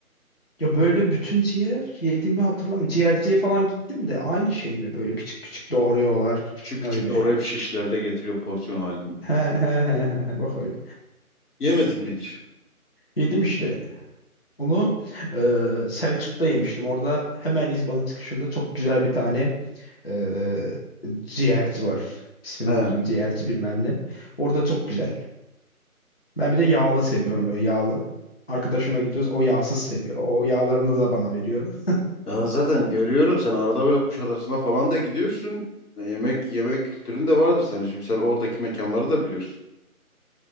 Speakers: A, on the left (about 45°); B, on the left (about 85°).
A: Ya böyle bütün ciğer yediğimi hatırlamıyorum. Ciğerciye falan gittim de aynı şey mi böyle küçük küçük doğruyorlar
B: Küçük
A: öyle.
B: küçük doğrayıp şişlerde getiriyor porsiyon halinde.
A: He he he he he. bak öyle.
B: Yemedin mi hiç?
A: Yedim işte. Onu e, Selçuk'ta yemiştim. Orada hemen İzban'ın çıkışında çok güzel bir tane e, ciğerci var. İsmini
B: He.
A: unuttum. Ciğerci bilmem ne. Orada çok güzel. Ben bir de yağlı seviyorum böyle yağlı. Arkadaşımla gidiyoruz. O yağsız seviyor. O yağlarını da bana veriyor.
B: Ya zaten görüyorum sen arada böyle Kuşadası'na falan da gidiyorsun. E, Yemek yemek kültürün de vardır senin. Şimdi sen oradaki mekanları da biliyorsun.